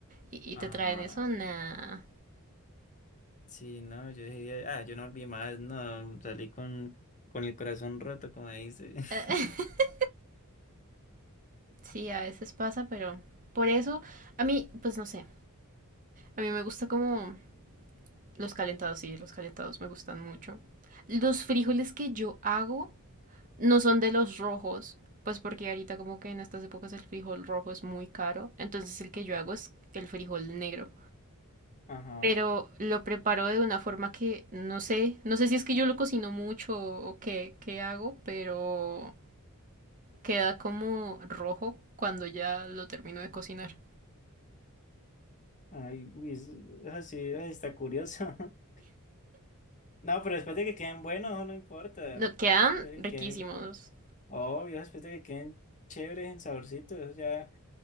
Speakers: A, on the right; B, on the left.
A: Y, y
B: Ajá,
A: te traen eso, nah.
B: sí, no, yo dije, ah, yo no volví más, no, salí con, con el corazón roto, como dice.
A: <laughs>
B: <laughs>
A: Sí, a veces pasa, pero por eso, a mí, pues no sé. A mí me gusta como los calentados, sí, los calentados me gustan mucho. Los frijoles que yo hago no son de los rojos, pues porque ahorita como que en estas épocas el frijol rojo es muy caro. Entonces el que yo hago es el frijol negro.
B: Ajá,
A: pero lo preparo de una forma que no sé, no sé si es que yo lo cocino mucho o qué, qué hago, pero queda como rojo cuando ya lo termino de cocinar.
B: ay, uy, es- así ay, está curioso. <laughs> No, pero después de que queden buenos, no importa,
A: No, quedan
B: después de
A: riquísimos.
B: que queden, obvio, después de que queden chéveres, en saborcito, eso ya,